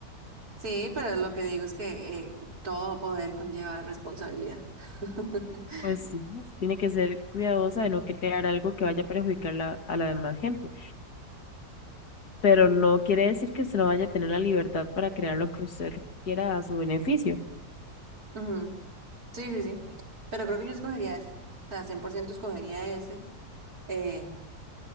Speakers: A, on the right; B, on the left.
A: Sí, pero lo que digo es que eh, todo poder conlleva responsabilidad. <laughs>
B: Pues sí, tiene que ser cuidadosa de no crear algo que vaya a perjudicar la- a la demás gente, pero no quiere decir que usted no vaya a tener la libertad para crear lo que usted quiera a su beneficio.
A: Ujú. Sí, sí, sí. Pero creo que yo escogería ese. O sea, 100% escogería ese. Eh,